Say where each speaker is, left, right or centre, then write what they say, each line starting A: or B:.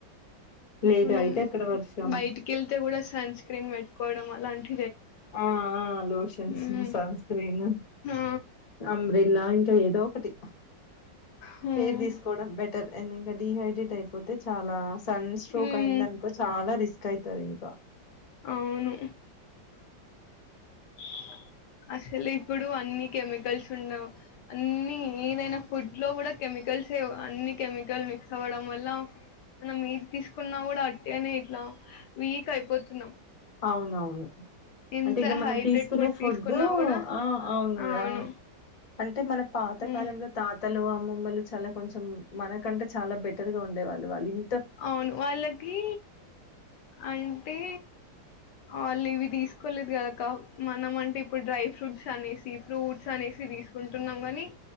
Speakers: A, on the left; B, on the left.
A: లేదా
B: మనం
A: అయితే అక్కడ వర్షం
B: బయటికి వెళ్తే కూడా సన్ స్క్రీన్ పెట్టుకోవడం అలాంటి
A: ఆ ఆ లోషన్స్
B: హ్మ్.
A: సన్స్క్రీన్
B: ఆ!
A: అంబ్రిల్లా అంటే ఇందో ఒకటి
B: హ్మ్.
A: కేర్ తీసుకోవడం బెటర్ అండ్ ఇంకా డీహైడ్రేట్ ట్ అయిపోతే చాలా సన్ స్ట్రోక్
B: హ్మ్.
A: అయింద అనుకో చాలా రిస్క్ అయితారు ఇంకా
B: అవును ఏ అసలు ఇప్పుడు అన్ని కెమికల్స్ ఉండవు అన్ని ఏదైనా ఫుడ్ లో కూడా కెమి కల్ సే అన్ని కెమికల్ మిక్స్ అవ్వడం వల్ల మనం మీది తీసుకున్నా కూడా అట్టనే ఇట్లా వీక్ అయిపోతున్నాం
A: అవునవును
B: ఎంత
A: అంటే ఇక మనం
B: హైడ్రేట్
A: తీసుకునే
B: ఫుడ్
A: ఫుడ్డు
B: తీసుకున్నా కూడా
A: ఆ అవునురా
B: అవును
A: అంటే మన పాత
B: ఉమ్
A: కాలంలో తాత్ త్తలు అమ్మమ్మలు చాలా కొంచెం మనకంటే చాలా బెటర్ గా ఉండేవాళ్ళు వాళ్ళు ఇన్
B: అవును వాళ్ళకి అంటే ఆల్ ఇవి తీసుకోలేదు కదక్క మనం అంటే ఇప్పుడు డ్రై ఫ్రూట్స్ అనేసి ఫ్రూట్స్ అనేసి తీసుకుంటున్నామని